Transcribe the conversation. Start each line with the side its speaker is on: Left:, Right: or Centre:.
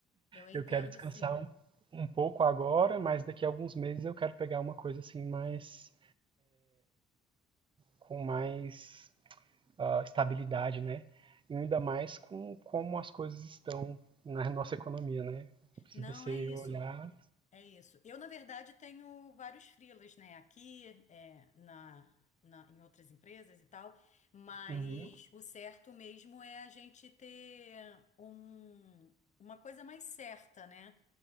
Left: Eu entendo,
Right: eu quero descansar
Left: sim.
Right: um, um pouco agora, mas daqui a alguns meses eu quero pegar uma coisa assim mais com mais ah, estabilidade, né? E ainda mais com como as coisas estão na nossa economia, né? Se
Left: Não
Right: você
Left: é isso.
Right: olhar,
Left: É isso. Eu, na verdade, tenho vários freelas, né? Aqui, é, na, na- em outras empresas e tal, mas
Right: uhum,
Left: o certo mesmo é a gente ter um- uma coisa mais certa, né?